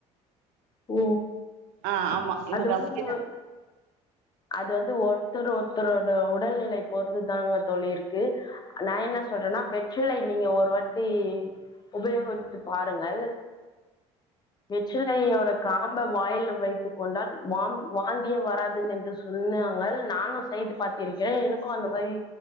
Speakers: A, on the left (about 30°); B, on the right (about 80°).
A: ஓ
B: ஆ ஆமா எனக்கு
A: அது வந்து
B: அப்டிதா
A: மூவ அது வந்து ஒருத்தர் ஒருத்தரோட உடல்நிலை போறுதுதாங்க தோழி இருக்கு நா என்ன சொல்றனா வெற்றிலை நீங்க ஒருவாட்டி உபயோகத்து பாருங்கள் வெற்றிலை யோட காம்ப வாயில வைத்து கொண்டால் வா வாந்தியே வராது என்று சொன்னாங்கள் நானும் செய்து பாத்து இருக்கிறேன் எனக்கு அந்த மாறி